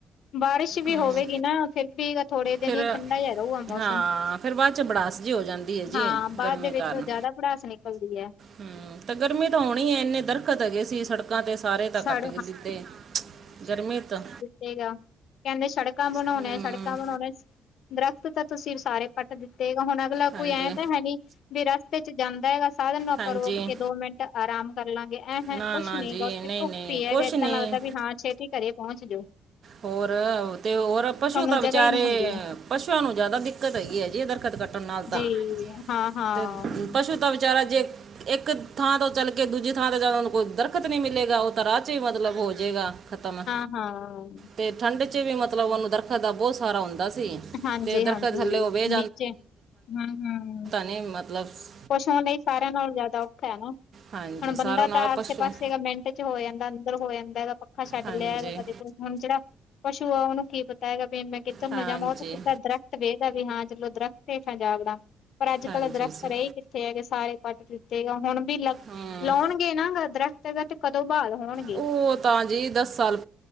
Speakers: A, on the left; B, on the right.
A: ਬਾਰਿਸ਼ ਵੀ
B: ਹਮ,
A: ਹੋਵੇਗੀ ਨਾ ਫਿਰ ਵੀ ਥੋੜੇ ਦਿਨ
B: ਫਿਰ
A: ਹੀ ਠੰਡਾ ਹੀ ਰੂਗਾ ਮੌਸਮ
B: ਹਾਂ ਫਿਰ ਬਾਅਦ ਚ ਬੜਾਸ ਜੀ ਹੋ ਜਾਂਦੀ ਹੈ ਜੀ
A: ਹਾਂ, ਬਾਦ
B: ਗਰਮੀ
A: ਦੇ ਵਿੱਚ
B: ਕਾਰਨ
A: ਉਹ ਜ਼ਿਆਦਾ ਪੜਾਸ ਨਿਕਲਦੀ ਐ।
B: ਹਮ ਤੇ ਗਰਮੀ ਤਾਂ ਹੋਣੀ ਏ ਇੰਨੇ ਦਰਖਤ ਹੈਗੇ ਸੀ ਸੜਕ <unintelligible> ਤੇ ਸਾਰੇ
A: ਸੜ
B: ਤਾਂ ਕੱਟਕ ਦਿੱਤੇ ਗਰਮੀ ਤ
A: ਤੇਗਾ, ਕੇਦੇ, ਸੜਕਾਂ ਬਣਾਉਣੇ-ਸੜਕਾਂ
B: ਹਮ,
A: ਬਣਾਉਣੇ। ਦਰਖ਼ਤ ਤਾਂ ਤੁਸੀਂ ਸਾਰੇ ਪਟ ਦਿੱਤੇ ਗ ਹੁਣ ਅਗਲਾ
B: ਹਾਂਜੀ
A: ਕੋਈ ਐਂ ਤਾਂ ਹੈ ਨੀ ਵੀ ਰਸਤੇ 'ਚ ਜਾਂਦਾ ਹੈਗਾ, ਸਾਧਨ ਨੂੰ ਆਪਾਂ
B: ਹਾਂਜੀ
A: ਰੋਕ ਕੇ ਦੋ ਮਿੰਟ ਆਰਾਮ ਕਰ ਲਾਂਗੇ ਐਂਹ
B: ਨਾ
A: ਕੁਛ
B: ਨਾ
A: ਨੀ
B: ਜੀ
A: ਗਾ ਉੱਥੇ
B: ਨਹੀਂ
A: ਧੁੱਪ
B: ਨਹੀਂ
A: ਈ ਐ
B: ਕੁਛ
A: ਏਦਾਂ
B: ਨਹੀਂ
A: ਲੱਗਦਾ ਵੀ ਹਾਂ ਛੇਤੀ ਘਰੇ ਪੋਂਚ ਜੋੋ।
B: ਹੋਰ ਤੇ ਹੋਰ ਪਸ਼ੂ
A: ਨੂੰ
B: ਤਾਂ
A: ਜਗ੍ਹਾ
B: ਵਿਚਾਰੇ
A: ਹੀ ਨਹੀਂ ਹੁੰਦੀ ਹੈ
B: ਪਸ਼ੂਆਂ ਨੂੰ ਜਾਦਾ ਦਿੱਕਤ ਹੈਗੀ ਹੈ ਜੀ ਇਧਰ। <unintelligible>
A: <unintelligible>
B: <unintelligible>
A: ਹਾਂ।
B: ਤੇ ਪਸ਼ੂ ਤਾ ਵਿਚਾਰਾ ਜੇ ਇੱਕ ਥਾਂ ਤੋਂ ਚੱਲ ਕੇ ਦੂਜੀ ਥਾਂ 'ਤੇ ਜਾ, ਉਨੂ ਕੋਈ ਦਰਖਤ ਨਹੀਂ ਮਿਲੇਗਾ ਉ ਤਰ੍ਹਾਂ 'ਚ ਹੀ ਮਤਲਬ ਹੋਜੇਗਾ ਖ਼ਤਮ।
A: ਹਮ।
B: ਤੇ ਠੰਡ 'ਚ ਵੀ ਮਤਲਬ ਉਨੂੰ ਦਰਖਤ ਦਾ ਬੋਤ ਸਾਰਾ ਹੁੰਦਾ ਸੀ।
A: ਹਾਂਜੀ-ਹਾਂਜੀ
B: ਤੇ ਦਰਖਤ ਥੱਲੇ ਉਹ ਬਹਿ
A: ਨੀਚੇ ਹਮ-ਹਮ।
B: ਨਈ ਮਤਲਬਸ
A: ਪਸ਼ੂਆ ਲਈ ਸਾਰੇਆਂ ਨਾਲੋ ਜ਼ਿਆਦਾ ਔਖਾ ਹੈ ਨਾ,
B: ਹਾਂਜੀ
A: ਹੁਣ ਬੰਦਾ
B: ਸਾਰਾ ਨਾਲ
A: ਤਾਂ ਆਸੇ-
B: ਪਸ਼ੂ
A: ਪਾਸੇ ਮਿੰਟ ਤੇ ਹੋ ਜਾਂਦਾ, ਅੰਦਰ ਹੋ ਜਾਂਦਾ ਹੈਗਾ, ਪੱਖਾ ਛੱਡ
B: ਹਾਂਜੀ
A: ਲੇਆ, ਕਦੇ ਹੁਣ ਜਿਹੜਾ ਪਸੂ ਆ ਓਹਨੂੰ ਕੀ ਪਤਾ ਹੈਗਾ, ਵੀ ਮੈਂ ਕਿੱਧਰ ਨੂੰ
B: ਹਾਂਜੀ
A: ਜਾਵਾਂ, ਉਹ ਤੇ ਸਿੱਧਾ ਦਰਖਤ ਵੇਂਹਦਾ ਵੀ ਹਾਂ ਚਲੋ ਦਰੱਖ਼ਤ ਸੇਫ ਹੈਗਾ ਆਪਦਾ, ਪਰ ਅੱਜ ਕੱਲ੍ਹ
B: ਹਾਂਜੀ
A: ਦਰੱਖਤ
B: ਸ-
A: ਕਿੱਥੇ ਹੈਗੇ ਸਾਰੇ ਕੱਟ ਦਿੱਤੇ, ਗ ਹੁਣ ਵੀ ਲ
B: ਹੂੰ
A: ਲੋਣਗੇ ਨਾ ਦਰੱਖਤ ਤੇ ਕਦੋਂ ਬਹਾਲ ਹੋਣਗੇ
B: ਉਹ ਤਾਂ ਜੀ ਸਾਲ